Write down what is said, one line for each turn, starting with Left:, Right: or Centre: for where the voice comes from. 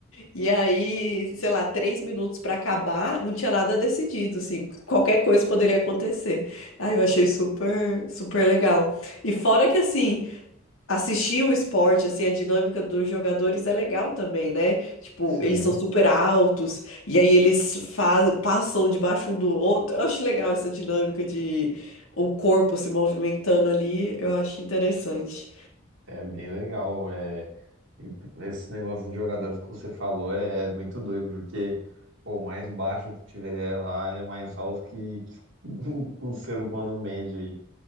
Left: E aí, sei lá, três minutos pra acabar, não tinha nada decidido, assim, qualquer coisa poderia acontecer. Aí eu achei super, super legal. E fora que, assim, assistir o esporte, assim, a dinâmica dos jogadores é legal também, né? Tipo,
Right: Sim,
Left: eles são super altos, e aí eles fa- passam debaixo um do outro. Eu acho legal essa dinâmica de o corpo se movimentando ali, eu acho interessante.
Right: é bem legal. É, e esse negócio dos jogadores que você falou é, é muito doido, porque pô, o mais baixo que tiver lá é mais alto que, que <laughs> um ser humano médio aí.